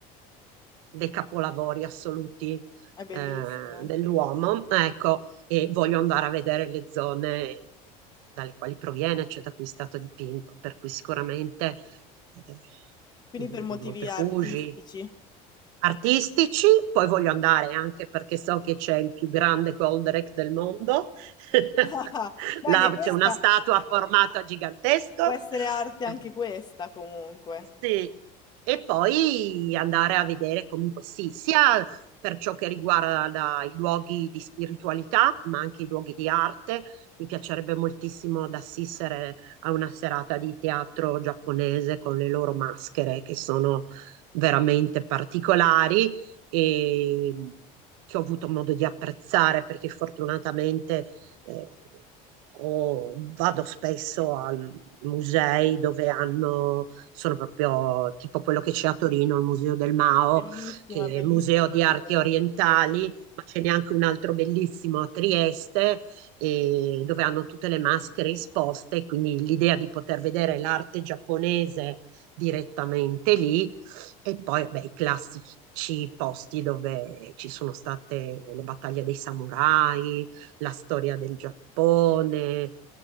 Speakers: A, on the right; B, on the left.
A: dei capolavori assoluti
B: È bellissimo.
A: eh, dell'uomo, ecco, e voglio andare a vedere le zone dalle quali proviene, cioè da cui è stato dipinto, per cui sicuramente eh,
B: Quindi
A: il
B: per motivi
A: Monte
B: artistici.
A: Fuji, artistici, poi voglio andare anche perché so che c'è il più grande Goldrake del mondo, <laughs>
B: <laughs> Ma
A: là
B: anche questa
A: c'è una statua a formato gigantesco,
B: può essere arte, anche
A: eh,
B: questa comunque.
A: sì. E poi andare a vedere comunque sì, sia per ciò che riguarda la- i luoghi di spiritualità, ma anche i luoghi di arte. Mi piacerebbe moltissimo ad assistere a una serata di teatro giapponese con le loro maschere che sono veramente particolari e che ho avuto modo di apprezzare perché fortunatamente eh, ho- vado spesso a musei dove hanno sono proprio tipo quello che c'è a Torino, il Museo del Mao,
B: Bellissima,
A: che è
B: bellissimo
A: il Museo di
B: quel
A: Arti
B: museo.
A: Orientali,
B: Sì,
A: ma ce n'è anche un altro bellissimo a Trieste, e dove hanno tutte le maschere esposte, quindi l'idea di poter vedere l'arte giapponese direttamente lì e poi beh, i classici posti dove ci sono state le battaglie dei samurai, la storia del Giappone,